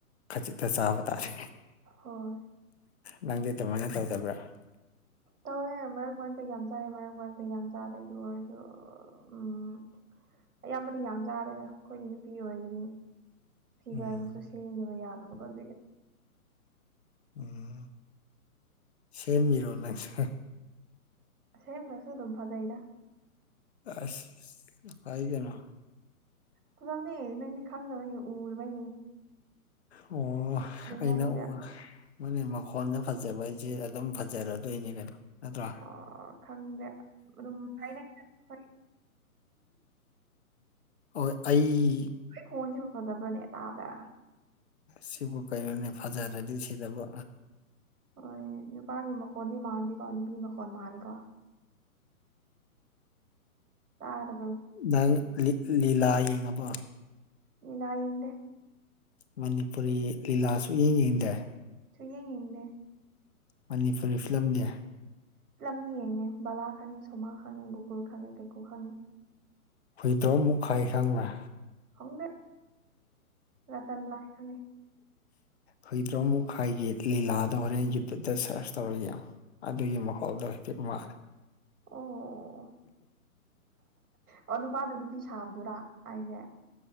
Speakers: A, on the left (about 45°); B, on the right (about 70°).
A: ꯈꯖꯤꯛꯇ ꯆꯥꯕ ꯇꯥꯔꯦ
B: ꯍꯣꯏ
A: ꯅꯪꯗꯤ ꯑꯗꯨꯃꯥꯏꯅ ꯇꯧꯗꯕ꯭ꯔꯥ
B: ꯇꯧꯔꯦ ꯃꯔꯛ ꯃꯔꯛꯇ ꯌꯥꯝ ꯆꯥꯔꯦ ꯃꯔꯛ ꯃꯔꯛꯇ ꯌꯥꯝ ꯆꯥꯗꯦ ꯑꯗꯨ ꯑꯣꯏꯔꯁꯨ ꯎꯝ ꯑꯌꯥꯝꯕꯗꯤ ꯌꯥꯝ ꯆꯥꯗꯦꯗ ꯑꯩꯈꯣꯏꯗꯤ ꯅꯨꯄꯤ ꯑꯣꯏꯕꯗꯤ ꯐꯤꯒꯔꯒꯁꯨ
A: ꯎꯝ
B: ꯁꯦꯝꯅꯕ ꯌꯥꯗꯕꯀꯣ ꯑꯗꯨꯒꯤ
A: ꯎꯝ ꯁꯦꯝꯃꯤꯔꯣ ꯅꯪꯁꯦ
B: ꯁꯦꯝꯗꯔ꯭ ꯁꯨ ꯑꯗꯨꯝ ꯐꯖꯩꯗ
A: ꯑꯁ ꯍꯥꯏꯗꯅꯥ
B: ꯈꯨꯗꯝꯅꯦ ꯅꯪꯗꯤ ꯈꯪꯗꯕꯩꯅꯦ ꯎꯔꯕꯩꯅꯦ
A: ꯑꯣ ꯑꯩꯅ
B: ꯍꯥꯏꯁꯤꯔ
A: ꯑꯣ ꯃꯣꯏꯅꯦ ꯃꯈꯣꯟꯗ ꯐꯖꯕ ꯍꯥꯏꯁꯤꯦ ꯑꯗꯨꯝ ꯐꯖꯔꯗꯣꯏꯅꯤ ꯀꯩꯅꯣ ꯅꯠꯇ꯭ꯔꯣ
B: ꯑꯣ ꯈꯪꯗꯦ ꯑꯗꯨꯝ ꯍꯥꯏꯅꯩꯗ ꯍꯣꯏ
A: ꯑꯣꯏ ꯑꯩ
B: ꯍ ꯈꯣꯟꯁꯤꯕꯨ ꯐꯖꯕ꯭ꯔꯅꯦ ꯇꯥꯗ
A: ꯁꯤꯕꯨ ꯀꯩꯅꯣꯅꯦ ꯐꯖꯔꯗꯤ ꯁꯤꯗꯕꯨ
B: ꯍꯣꯏ ꯅꯨꯄꯥꯒꯤ ꯃꯈꯣꯟꯗꯤ ꯃꯥꯟꯗꯦꯀꯣ ꯅꯨꯄꯤꯒꯤ ꯃꯈꯣꯟꯜ ꯃꯥꯜꯂꯦꯀꯣ ꯇꯥꯗꯕ꯭ꯔꯣ
A: ꯅꯪ ꯂꯤꯂꯥ ꯌꯦꯡꯉꯕ
B: ꯂꯤꯂꯥ ꯌꯦꯡꯗꯦ
A: ꯃꯅꯤꯄꯨꯔꯤ ꯂꯤꯂꯥ ꯁꯨꯡꯌꯦꯡ ꯌꯦꯡꯗꯦ
B: ꯁꯨ ꯌꯦꯡ ꯌꯦꯡꯗꯦ
A: ꯃꯅꯤꯄꯨꯔꯤ ꯐꯤꯂꯝ ꯗꯦ
B: ꯐꯤꯂꯝꯗꯤ ꯌꯦꯡꯉꯦ ꯕꯂꯥ ꯈꯪꯉꯦ ꯁꯣꯃꯥ ꯈꯪꯉꯦ ꯒꯣꯀꯨꯜ ꯈꯪꯉꯦ ꯀꯩꯀꯨ ꯈꯪꯉꯦ
A: ꯍꯨꯏꯗ꯭ꯔꯣꯝ ꯃꯨꯛꯈꯥꯏ ꯈꯪꯕ꯭ꯔꯥ
B: ꯍꯪꯦ ꯔ ꯇꯅ ꯂꯥꯛꯉꯅꯦ
A: ꯍꯨꯏꯗ꯭ꯔꯣꯃꯨꯛ ꯍꯥꯏꯒꯤ ꯂꯤꯂꯥꯗꯣ ꯍꯣꯔꯦꯟ ꯌꯨꯇ꯭ꯌꯨꯕꯇ ꯁꯔꯁ ꯇꯧꯔꯒ ꯌꯦꯡꯉꯣ ꯑꯗꯨꯒꯤ ꯃꯈꯣꯜꯗꯣ ꯍꯥꯏꯐꯦꯠ ꯃꯥꯜꯂꯦ
B: ꯑꯣ ꯑꯣ ꯅꯨꯄꯥꯅ ꯅꯨꯄꯤ ꯁꯥꯕꯗꯨꯔꯥ ꯑꯩꯖꯦ